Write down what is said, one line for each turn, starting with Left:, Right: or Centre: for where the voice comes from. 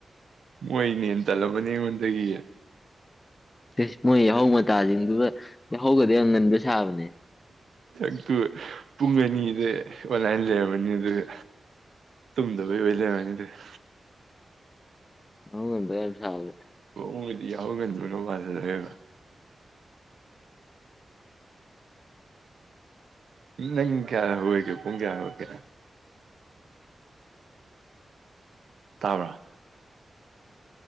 Right: ꯃꯣꯏꯅ ꯍꯦꯟꯅ ꯇꯜꯂꯝꯃꯅꯤ ꯑꯩꯉꯣꯟꯗꯒꯤ
Left: ꯏꯁ ꯃꯣꯏ ꯌꯥꯍꯧ ꯃꯇꯥꯁꯤꯡꯗꯨꯒ ꯌꯥꯍꯧꯒꯗꯤ ꯌꯥꯝ ꯉꯟꯕ ꯁꯥꯕꯅꯦ
Right: ꯑꯗꯨꯒ ꯄꯨꯡ ꯑꯅꯤꯗ ꯑꯣꯟꯂꯥꯏꯟ ꯂꯩꯔꯝꯃꯅꯤ ꯑꯗꯨꯒ ꯇꯨꯝꯗꯕꯩ ꯑꯣꯏ ꯂꯩꯔꯝꯃꯅꯤ ꯗꯨꯒ
Left: ꯌꯥꯍꯧ ꯉꯟꯕ ꯌꯥꯝ ꯁꯥꯕꯅꯦ
Right: ꯃꯑꯣꯡꯒꯗꯤ ꯌꯥꯍꯧ ꯉꯟꯕꯒ ꯃꯥꯜꯍꯜꯂꯒꯕ ꯅꯪ ꯀꯌꯥꯗ ꯍꯧꯒꯠꯀꯦ ꯄꯨꯡ ꯀꯌꯥ ꯍꯧꯒꯠꯀꯦ ꯇꯥꯕ꯭ꯔꯥ